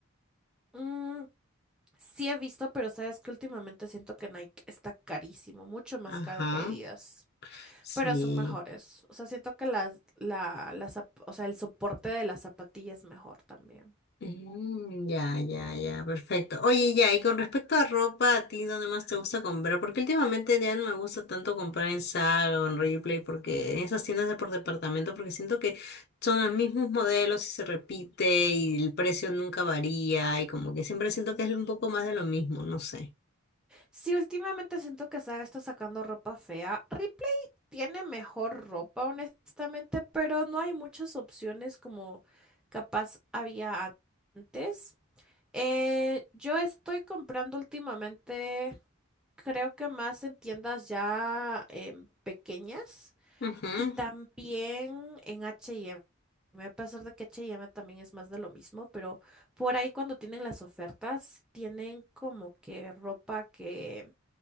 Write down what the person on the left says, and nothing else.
Ajá,
sí.
Mm, ya, ya, ya, perfecto. Oye, ya, y con respecto a ropa, ¿a ti dónde más te gusta comprar? Porque últimamente ya no me gusta tanto comprar en Saga o en Replay, porque en esas tiendas de por departamento, porque siento que son los mismos modelos y se repite y el precio nunca varía y como que siempre
siento que es un poco más de lo mismo, no sé.
Ujú.